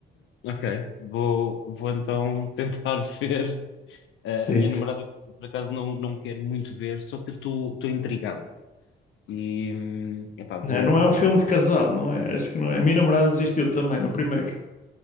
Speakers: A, on the left; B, on the left.
A: ok, vou, vou então tentar <laughs> ver. Eh,
B: Sim.
A: a minha namorada,
B: se-
A: por acaso, não, não quer muito ver, só que eu estou intrigado. E, hum, epá, vou,
B: Não é não é um filme de casal, não é? Acho que não é. A minha namorada desistiu também no primeiro.